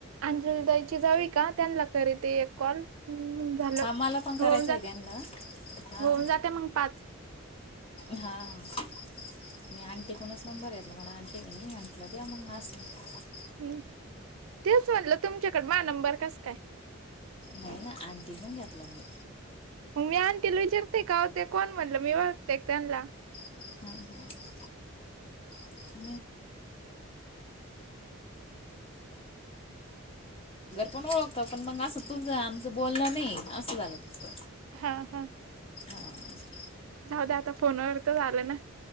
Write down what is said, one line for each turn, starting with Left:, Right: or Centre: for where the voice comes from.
Right: अंजलीताईची जाव आहे का त्यांना करी ते एक कॉल हम् झालं,
Left: हां मला पण करायचं
Right: होऊन जात
Left: आहे त्यांना हां
Right: होऊन जातेय मग पाच
Left: हां मी आंटीकूनच नंबर घेतला मला आंटी नी म्हंटलं द्या मग असंल तर
Right: हम्म, तेच म्हणलं तुमच्याकडं माझा नंबर कस काय?
Left: नाही ना आंटी कुण घेतला मी.
Right: मी आंटीला विचारते का ते कोण म्हणलं मी ओळाखते का त्यांना..
Left: <inaudible> <unintelligible> <unintelligible> सागर पण ओळखतो पण मग असं तूम आमचं बोलण नाही असं झालं फक्त.
Right: हा हा.
Left: हां
Right: जाऊ द्या आता फोनवर तर झालं ना.